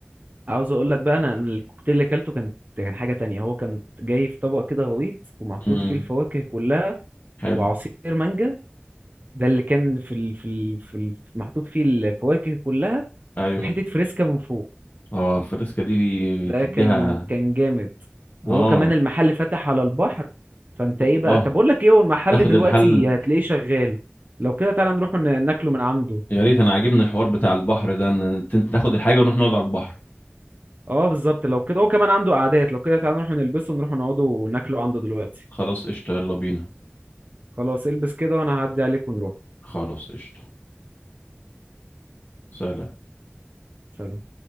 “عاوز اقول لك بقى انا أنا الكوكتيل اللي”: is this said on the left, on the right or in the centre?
Right